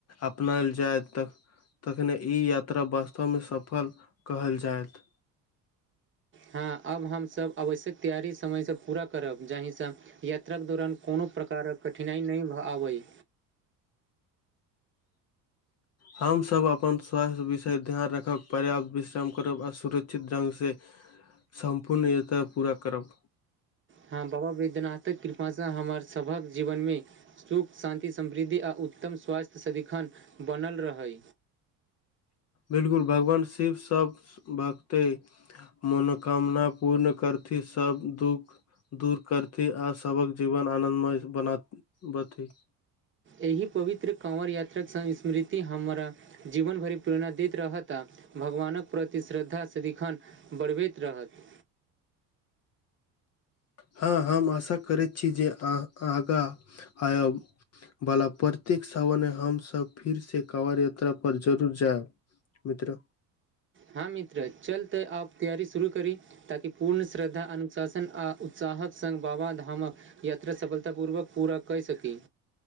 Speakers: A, on the left; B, on the right.
A: अपनायल जाय तऽ तखने ई यात्रा वास्तवमे सफल कहल जायत
B: हँ अब हमसब आवश्यक तैयारी समयसँ पूरा करब जाहिसँ यात्राके दौरान कोनो प्रकारक कठिनाइ नहि भऽ आबय
A: हमसभ अपन स्वास्थ्य विषय ध्यान रखब पर्याप्त विश्राम करब आ सुरक्षित ढङ्गसँ सम्पूर्ण यात्रा पूरा करब
B: हँ बाबा बैद्यनाथक कृपासँ हमर सभक जीवनमे सुख शान्ति समृद्धि आ उत्तम स्वास्थ्य सदिखन बनल रहै
A: बिलकुल भगवान शिवसभ भगतै मनोकामना पूर्ण करथि सभ दुःख दूर करथि आ सभक जीवन आनन्दमय बना बथि
B: एहि पवित्र काँंवर यात्राक स्मृति हमरा जीवन भरि प्रेरणा दैत रहता भगवानक प्रति श्रद्धा सदिखन बढ़बैत रहत
A: हँ हम आशा करैत छी जे अहाँ आगाँ आयब बला प्रत्येक सावन मे हमसब फिर से कवड़ यात्रा पर जरूर जायब मित्र
B: हँ मित्र चल त आब तैयारी शुरू करी ताकि पूर्ण श्रद्धा अनुशासन आ उत्साहक संग बाबा धामक यात्रा सफलता पूर्वक पूरा कैर सकी